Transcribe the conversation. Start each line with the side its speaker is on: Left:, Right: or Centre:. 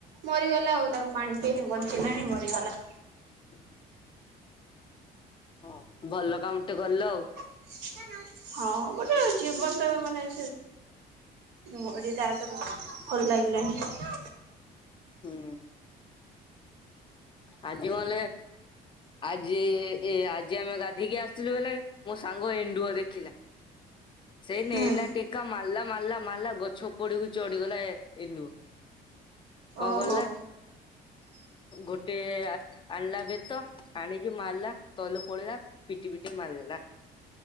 Right: ମରିଗଲା ଆଉ, ତାକୁ ପାଣି ପେଇଲି ବଂଚିଲାନି ମରିଗଲା।
Left: ହ ହଁ ଭଲ କାମ ଟେ କଲ।
Right: ହଁ ଗୋଟେ ଜୀବନ ଟା ବି ମାନେ <unintelligible> <unintelligible>
Left: ହୁ
Right: ହଲ
Left: <unintelligible>
Right: ଲାଗିଲାଣି।
Left: ହୁଁ। ଆଜିମଲେ, ଆଜି ଏ ଅଜି ଆମେ ଗାଧେଇକି ଆସ ସେ <unintelligible> ମୋ ସାଙ୍ଗ ଏଣ୍ଡୁଅ ଦେଖିଲା। ସେଇ ନେଇଲା
Right: ହୁଁ
Left: ଟେକା ମାଲା ମାଲା ମାଲା ଗଛ ଉପଡୁକୁ ଚଢ଼ି ଗଲା ଏ ଏଣ୍ଡୁଅ। କଣ
Right: ଓହୋ
Left: ଗଲା, ଗୋଟେ ଆ ଆଣିଲା ବେତ, ଆଣିକି ମାରିଲା, ତଲୁ ପଳେଇିଲା ପିଟି ପିଟି ମାରିଦେଲା।